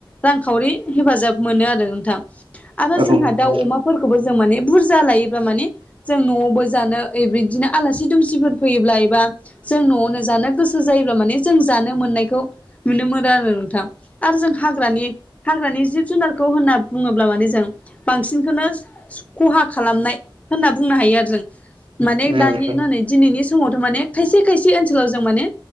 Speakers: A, on the left; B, on the right.
A: रांखावरि हेफाजाब मोनो आरो नोंथां। आरो
B: औ
A: जोंहा
B: मोनो
A: दाउ अमाफोरखौबो जों माने बुरजा लायोब्ला माने जों न'आवबो जानो ए बिदिनो आलासि दुमसिफोर फैयोब्ला एबा जों न'आवनो जानो गोसो जायोब्ला माने जों जानो मोननायखौ नुनो मोन नो आरो नोंथां आरो जों हाग्रानि हाग्रानि जिब जुनारखौ होनना बुङोब्ला माने जों बांसिनखोनो खहा खालामनाय होनना बुंनो हायो आरो जों माने
B: औ
A: दानि
B: औ औ
A: नै दिनैनि समावथ' माने खायसे खायसे ओनसोलाव जों माने